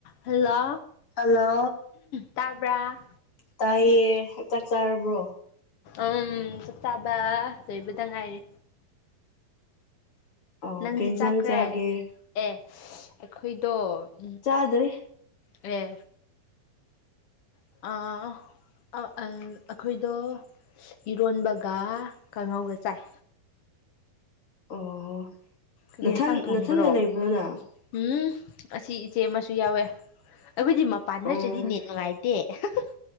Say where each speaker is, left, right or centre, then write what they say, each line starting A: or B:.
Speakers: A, on the left; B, on the left.
A: hello
B: hello
A: ꯇꯥꯕ꯭ꯔꯥ
B: ꯇꯥꯏꯌꯦ ꯆꯥꯛ ꯆꯥꯔꯕ꯭ꯔꯣ
A: ꯎꯝ ꯆꯥꯛ ꯆꯥꯕ ꯂꯣꯏꯕꯗ ꯉꯥꯏꯔꯤ
B: ꯑꯣ
A: ꯅꯪꯗꯤ
B: ꯀꯩ ꯏꯟꯁꯥꯡ
A: ꯆꯥꯛꯈ꯭ꯔꯦ
B: ꯆꯥꯒꯦ
A: ꯑꯦ ꯑꯩꯈꯣꯏꯗꯣ ꯎꯝ
B: ꯆꯥꯗ꯭ꯔꯤ
A: ꯑꯦ <unintelligible> ꯑꯩꯈꯣꯏꯗꯣ ꯏꯔꯣꯟꯕꯒ ꯀꯥꯡꯉꯧꯒ ꯆꯥꯏ
B: ꯑꯣ
A: ꯀꯔꯤ
B: ꯅꯊꯟ
A: ꯌꯦꯟꯁꯥꯡ ꯊꯣꯡꯕ꯭ꯔꯣ
B: ꯅꯊꯟꯗ ꯂꯩꯕ꯭ꯔꯣ ꯅꯪ
A: ꯎꯝ ꯑꯁꯤ ꯏꯆꯦ ꯑꯃꯁꯨ ꯌꯥꯎꯋꯦ ꯑꯩꯈꯣꯏꯗꯤ ꯃꯄꯥꯟ
B: ꯑꯣ
A: ꯅꯠꯇ꯭ꯔꯗꯤ ꯅꯦꯠ ꯅꯨꯡꯉꯥꯏꯇꯦ <unintelligible>